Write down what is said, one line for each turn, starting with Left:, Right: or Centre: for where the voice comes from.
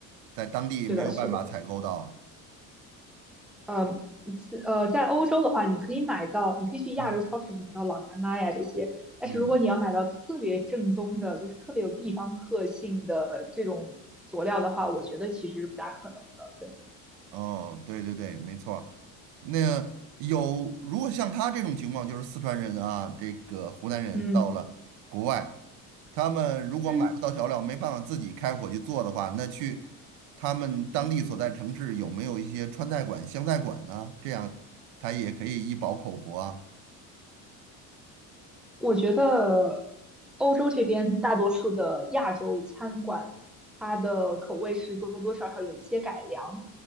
Right: 在当地没有办法采购到。
Centre: 是的，是的，嗯。自呃，在欧洲的话，你可以买到，你可以去亚洲超市买到老干妈呀这些。
Right: 嗯
Centre: 但是如果你要买到特别正宗的，
Right: 嗯。
Centre: 就是特别有地方特性的这种佐料的话，我觉得其实是不大可能的。对，
Right: 哦，对对对，没错儿那有，如果像他这种情况，就是四川人啊，这个湖南人到了国外，
Centre: 嗯
Right: 他们如果买不到调料，
Centre: 嗯。
Right: 没办法自己开火去做的话，那去他们当地所在城市有没有一些川菜馆、湘菜馆呢？这样他也可以一饱口福啊。
Centre: 我觉得欧洲这边大多数的亚洲餐馆，它的口味是多多少少有一些改良，